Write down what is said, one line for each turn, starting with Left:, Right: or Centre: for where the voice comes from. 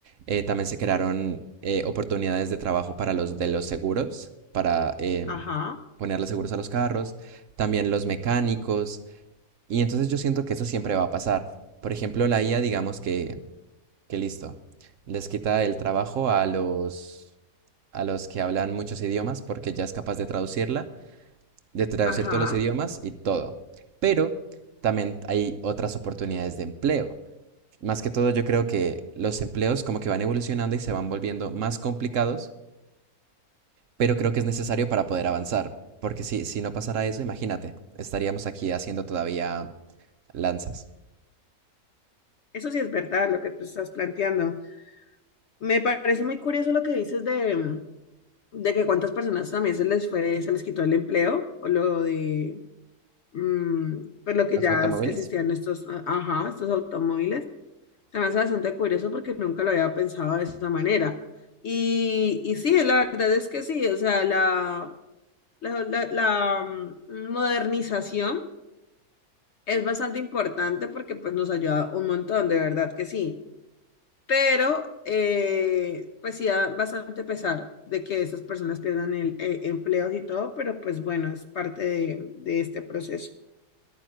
Right: eh, también se crearon eh, oportunidades de trabajo para los de los seguros, para eh,
Left: ajá,
Right: ponerle seguros a los carros, también los mecánicos, y entonces yo siento que eso siempre va a pasar. Por ejemplo, la IA, digamos que, que listo, les quita el trabajo a los, a los que hablan muchos idiomas porque ya es capaz de traducirla de traducir
Left: ajá.
Right: todos los idiomas y todo. Pero también hay otras oportunidades de empleo. Más que todo, yo creo que los empleos como que van evolucionando y se van volviendo más complicados, pero creo que es necesario para poder avanzar, porque si, si no pasara eso, imagínate, estaríamos aquí haciendo todavía lanzas.
Left: Eso sí es verdad lo que tú estás planteando. Me parece muy curioso lo que dices de, de que cuántas personas también se les fue, se les quitó el empleo, o lo de mm, pues lo que
Right: ¿Los
Left: ya
Right: automóviles?
Left: existían estos, ajá, estos automóviles. Se me hace bastante curioso porque nunca lo había pensado de esa manera. Y, y sí, la verdad es que sí, o sea, la, la, la- la, mm, modernización es bastante importante porque pues nos ayuda un montón, de verdad que sí. Pero eh, pues sí da bastante pesar de que esas personas pierdan el, eh, empleos y todo, pero pues bueno, es parte de, de este proceso.